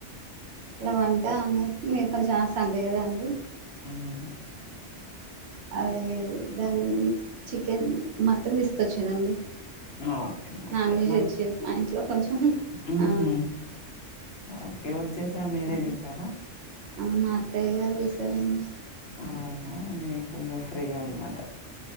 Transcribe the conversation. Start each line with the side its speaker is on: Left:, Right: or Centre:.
Right: మా వంట అనేసి మీకు కొంచెం ఆస్తాన్ లేదండి.
Left: ఉ
Right: అదే దాన్ని చికెన్, మటన్ తీసుకొచ్చిరండి.
Left: ఓకే ఓకే
Right: నాన్ వెజ్
Left: మా
Right: తెచ్చింర్రు మా ఇంట్లో కొంచెం
Left: ఉహు
Right: ఆ
Left: ఓకే ఎవరు చేసారు,
Right: వండేసామండి.
Left: మీరే చేసారా?
Right: ఆ మా అత్తయ్య గారు చేసారండి.
Left: అవునా నీకు కొంచెం ఫ్రీ అనమాట.